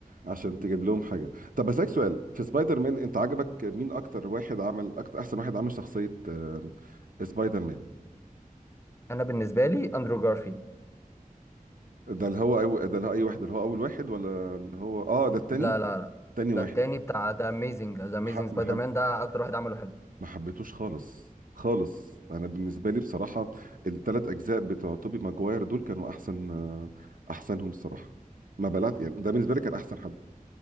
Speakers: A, on the right; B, on the left.
A: عشان تجيب لهم حاجه طب بسالك سؤال في سبايدر مان انت عجبك مين اكتر واحد عمل اكتر احسن واحد عمل شخصيه آه، سبايدر مان
B: انا بالنسبه لي اندرو جارفيلد
A: ده اللي هو أو... ده اللي هو اي واحد اللي هو اول واحد ولا اللي هو اه ده التاني
B: لا لا لا
A: تاني
B: ده
A: واحد
B: التاني بتاع ذا اميزنج ذا اميزنج
A: ما ح-
B: سبايدر
A: ما حب...
B: مان ده اكتر واحد عمله حلو
A: ما حبيتوش خالص خالص انا بالنسبه لي بصراحه الثلاث اجزاء بتوع توبي ماجواير دول كانوا احسن آه، احسنهم الصراحه ما بلعت يعني ده بالنسبه لي كان احسن حد